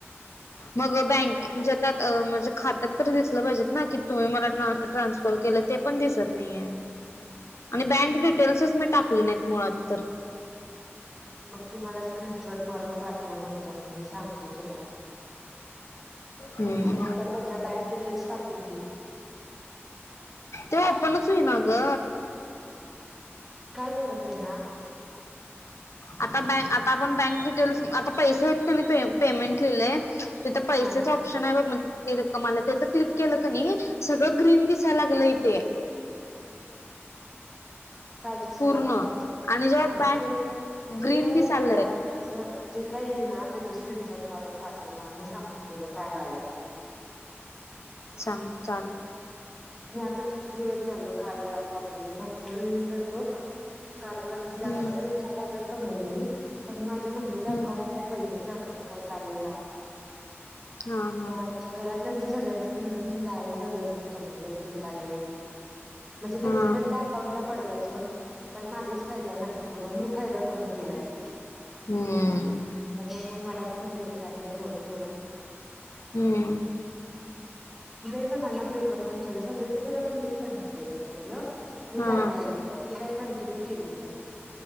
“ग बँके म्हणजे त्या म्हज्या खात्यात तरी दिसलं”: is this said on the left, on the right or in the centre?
Left